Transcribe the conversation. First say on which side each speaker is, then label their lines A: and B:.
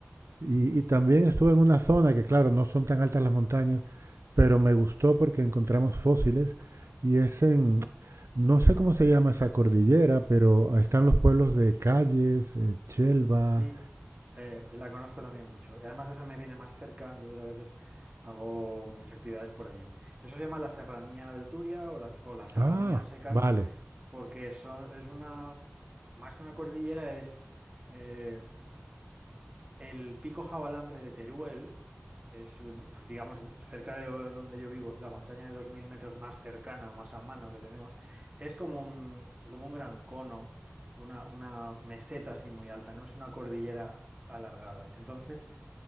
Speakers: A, on the right; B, on the right.
A: Y,
B: Ujú.
A: y también estuve en una zona que, claro, no son tan altas las montañas, pero me gustó porque encontramos fósiles y es en, no sé cómo se llama esa cordillera, pero están los pueblos de Calles, eh, Chelva.
B: Sí, Eh, la conozco también mucho. Y además esa me viene más cerca, entonces a veces hago mis actividades por allí. Eso se llama la Serranía del Turia o las, o las Serranías
A: Ah,
B: Secas,
A: vale.
B: porque son, es una, más que una cordillera, es eh, el Pico Jabalambre de Teruel, es, digamos, cerca de donde yo vivo, la montaña de 2.000 metros más cercana o más a mano que tenemos, es como un, como un gran cono, una, una meseta así muy alta, no es una cordillera alargada. Entonces,